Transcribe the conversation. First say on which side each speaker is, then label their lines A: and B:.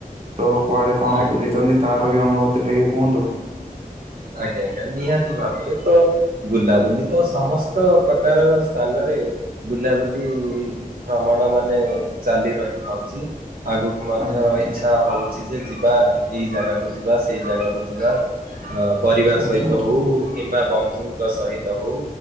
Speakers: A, on the right; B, on the right.
A: ତ କୁଆଡେ କଣ
B: ଆଜ୍ଞା।
A: ବୁଲିଚନ୍ତି ତାର ବି ଅନୁଭୂତି ଟିକେ କୁହନ୍ତୁ?
B: ଆଜ୍ଞା ଆଜ୍ଞା ନିହାତି ଭାବରେ ତ ବୁଲାବୁଲି ତ ସମସ୍ତ ପ୍ରକାର ସ୍ଥାନରେ ରେ ବୁଲାବୁଲି ଭ୍ରମଣ ମାନେ ଚାଲି ରହିଥାଉଚି। ଆଗକୁ ମଧ୍ୟ
A: ଆଜ୍ଞା ଆଜ୍ଞା
B: ଇଚ୍ଛା ହୋଉ ଛି ଯେ ଯିବା ଏଇ ଜାଗାକୁ ଯିବା ସେଇ ଜାଗାକୁ ଯିବା ଆ ପରିବାର
A: ଆଜ୍ଞା
B: ସହିତ ହୋଉ। କିମ୍ବା ବନ୍ଧୁଙ୍କ ସହିତ ହୋଉ